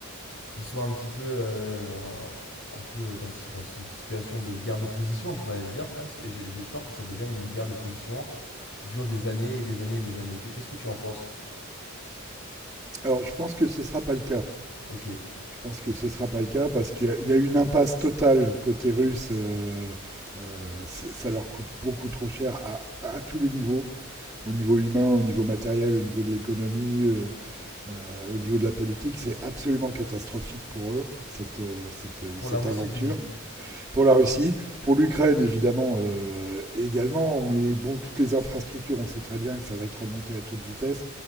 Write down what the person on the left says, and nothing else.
qui soit un petit peu, euh, un, un peu dans, ce- dans cette situation de guerre de position, on pourrait dire presque. Et j'ai j'ai peur que ça devienne une guerre de position qui dure des années et des années et des années. Qu'est- ce que tu en penses?
Ok.
Pour
la Russie,
tu dis.